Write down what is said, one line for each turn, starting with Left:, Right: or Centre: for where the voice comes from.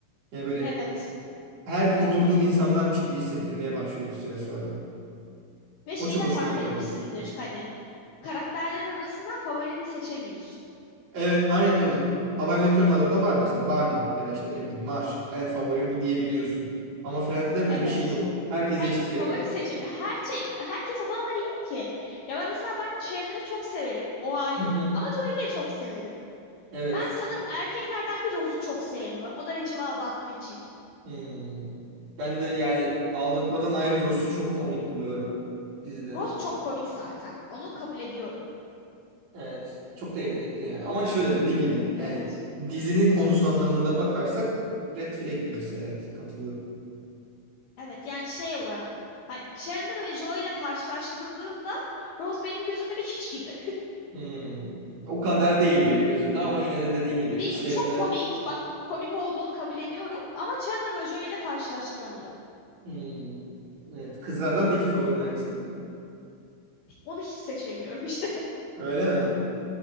Right: Yani böyle
Left: Evet.
Right: her gün oturduğum insanlarmış gibi hissettirmeye başlıyor bir süre sonra.
Left: Ve
Right: O
Left: şey
Right: çok
Left: de
Right: hoşuma
Left: fark
Right: gidiyor
Left: etmişsindir
Right: benim.
Left: hani karakterler arasından favorini seçemiyorsun.
Right: Evet, aynen öyle. How I Met Your Mother'da var mesela Barney ya da işte ne bileyim Marshall. En favorim bu diyebiliyorsun. Ama Friends'de öyle
Left: Evet.
Right: bir şey yok. Herkese
Left: Hani
Right: eşit seviyorum.
Left: favori seçim her şey herkes o kadar iyi ki. Ya ben mesela ben Chandler'ı çok severim. O ayrı.
Right: Hı hı,
Left: Ama Joey'i de çok severim.
Right: Evet.
Left: Ben sanırım erkeklerden bir Rose'u çok sevmiyorum. O da Rachel'ı aldattığı için.
Right: Hmm. Ben de yani aldatmadan ayrı Ross'u çok komik buluyorum dizide.
Left: Rose çok komik zaten. Onu kabul ediyorum.
Right: Evet. Çok da yetenekli yani. Ama şöyle dediğin gibi yani
Left: Evet.
Right: dizinin konusu anlamında bakarsak Red Flag birisi. Evet. Katılıyorum.
Left: Evet yani şey olarak hani Chandler ve Joey ile karşılaştırıldığında Rose benim gözümde bir hiç gibi.
Right: Hmm. O kadar değil benim gözümde ama yine de dediğin gibi
Left: Bil-
Right: içlerinden
Left: çok komik. Bak komik olduğunu kabul ediyorum ama Chandler Ojo ile karşılaştıramıyorum.
Right: Hmm. Evet. Kızlardan peki favorin hangisi?
Left: Onu hiç seçemiyorum <laughs> işte.
Right: Öyle mi?